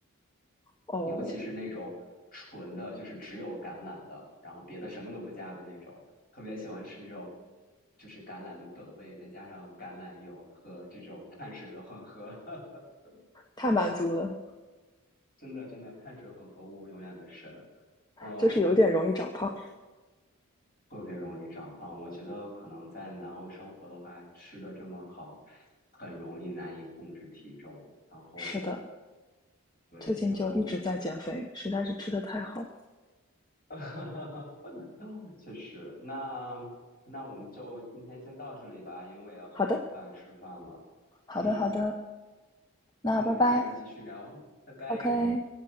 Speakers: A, on the left; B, on the left.
A: 哦，
B: 尤其是那种纯的，就是只有橄榄的，然后别的什么都不加的那种，特别喜欢吃那种就是橄榄的本味，再加上橄榄油和这种碳水的混合，<laughs>
A: 太满足了，
B: 真的真的碳水混合物永远的神。嗯，
A: 就是有点容易长胖。
B: 特别容易长胖。我觉得可能在南欧生活的话，吃的这么好，很容易难以控制体重。然后，
A: 是的，
B: 对，
A: 最近就一直在减肥，
B: 然后，
A: 实在是吃的太好了。
B: <laughs> 确实，那那我们就今天先到这里吧，因为我也要去做饭吃饭了。
A: 好的，好的，
B: 嗯，
A: 好的，那拜拜
B: 那我们下次继续聊，拜拜。
A: ，OK。